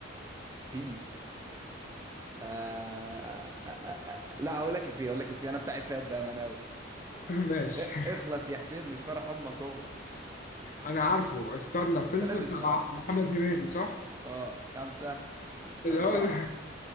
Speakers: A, on the right; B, on the left.
A: فيه آه... آه... آه... آه، آه. لا هقول لك إفيه هقول لك إفيه أنا بتاع إفيهات بأمانة أوي
B: <laughs> ماشي
A: إ- اخلص
B: <laughs>
A: يا حسين مش فرح أمك هو
B: أنا عارفه استنى فيلم
A: أنت لازم
B: بتاع
A: تبقى عارف
B: محمد هنيدي صح؟
A: أه خمسة <laughs>
B: اللي
A: أربعة
B: هو